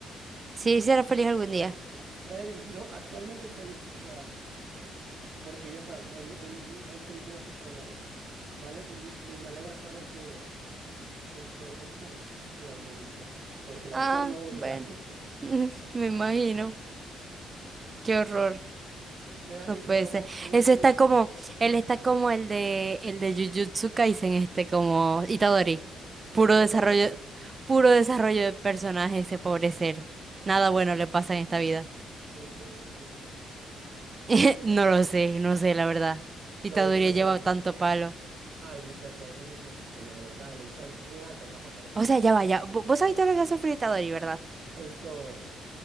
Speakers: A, on the right (about 30°); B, on the right (about 65°).
A: Sí, será feliz algún día.
B: Él lo, actualmente es feliz, o sea, porque ya sabes, él, él, él soluciona sus problemas. Me, ale- me me alegra saber que esto es feliz por el momento, porque el
A: Ah,
B: autor lo odia.
A: bueno.
B: <laughs>
A: <laughs> Me imagino. Qué horror.
B: Me da risa
A: No puede
B: como
A: ser.
B: en una
A: Eso
B: entrevista
A: está como,
B: ¿m?
A: él está como el de el de Jujutsu Kaisen, este, como Itadori.
B: que
A: Puro
B: lo tratan
A: desarrollo,
B: mal.
A: puro desarrollo de personaje ese pobre ser. Nada
B: Pobre
A: bueno le pasa en esta vida.
B: Pero Subaru sufrió más.
A: <laughs> No lo sé, no sé, la verdad. Itadori
B: Como que no sabes.
A: lleva tanto palo.
B: Ay, muchacha, entonces no has visto nada. Dale, en sol, mira, te enojo, pero
A: O sea, ya vaya. Vos sabés todo lo que ha sufrido Itadori, ¿verdad?
B: <laughs> esto,